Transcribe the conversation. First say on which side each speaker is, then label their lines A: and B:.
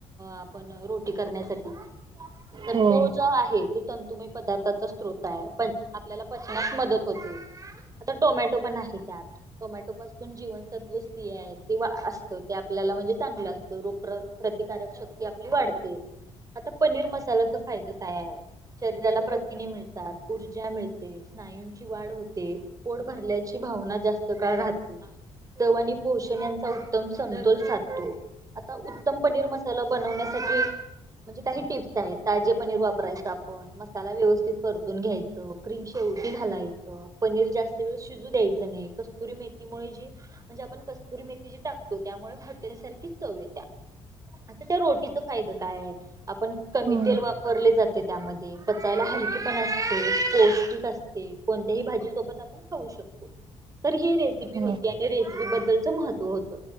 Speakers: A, on the right; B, on the right.
A: आपण रोटी करण्यासाठी तर
B: हो
A: तो
B: हो
A: जो आहे तो तंतुमय पदार्थाचा स्रोत आहे पण आपल्याला पचनास मदत होते. आता टोमॅटो पण आहे त्यात टोमॅटो पासून जीवन सत्व आहे ते असत ते आपल्याला म्हणजे चांगलं असतं. प्रतिकारक शक्ती आपली वाढते आता पनीर मसालाचा फायदा काय आहे. शरीराला प्रथिने मिळतात ऊर्जा मिळते स्नायूंची वाढ होते पोट भरल्याची भावना जास्त काळ राहते चव आणि पोषण्याचा उत्तम समतोल साधतो. आता उत्तम पनीर मसाला बनवण्यासाठी म्हणजे काही टिप्स आहेत ताजे पनीर वापरायचं आपण मसाला व्यवस्थित परतून घ्यायच क्रीम शेव रोटी घालायचं पनीर जास्त वेळ शिजू द्यायचं नाही. कस्तुरी मेथीमुळे जी म्हणजे आपण कस्तुरी मेथी जी टाकतो त्यामुळे हॉटेल सारखी चव येत्या. आता त्या रोटीचा फायद काय आहे आपण कमी
B: हो
A: तेल वापरले जाते. त्यामध्ये पचायला हलकी पण असते पौष्टिक असते कोणत्याही भाजी सोबत आपण खाऊ शकतो. तर ही रेसिपी
B: हो.
A: होती. रोटी बद्दलच महत्व होत